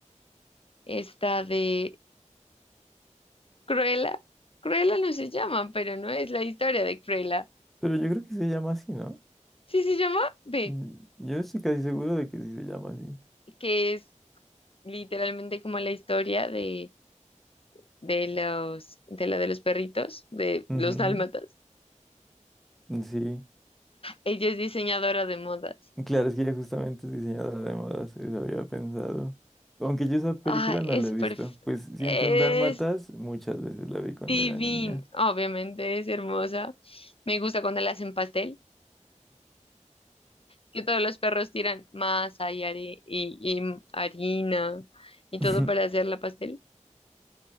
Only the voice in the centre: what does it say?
Pero yo creo que se llama así, ¿no?
Mm, Yo estoy casi seguro de que sí se llama así.
Ujú,
Sí.
Claro, es que ella justamente es diseñadora de modas, eso había pensado. Aunque yo esa película
no
la he visto,
pues siento
un dálmatas, muchas veces la vi cuando
era niño.
<laughs>